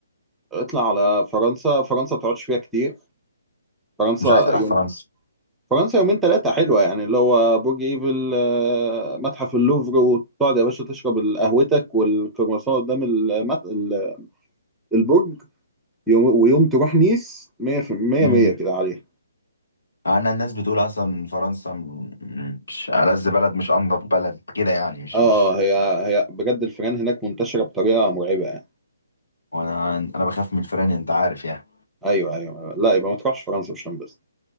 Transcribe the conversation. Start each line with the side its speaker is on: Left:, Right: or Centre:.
Centre: اطلع على فرنسا فرنسا ما بتقعدش فيها كتير فرنسا
Left: مش عايز اروح
Centre: يوم
Left: فرنسا
Centre: فرنسا يومين ثلاثة حلوة يعني اللي هو برج ايفل آه، متحف اللوفر وتقعد يا باشا تشرب ال- قهوتك والكرواسون قدام المت... ال- البرج يوم... ويوم تروح نيس 100%
Left: امم
Centre: 100 كده عليه
Left: انا الناس بتقول اصلا فرنسا م- مش ألذ بلد مش انضف بلد كده يعني مش
Centre: اه
Left: مش
Centre: آه، هي هي بجد الفيران هناك منتشرة بطريقة مرعبة يعني
Left: وانا انا بخاف من الفيران انت عارف يعني
Centre: ايوه ايوه لا يبقى ما تروحش فرنسا مش هتنبسط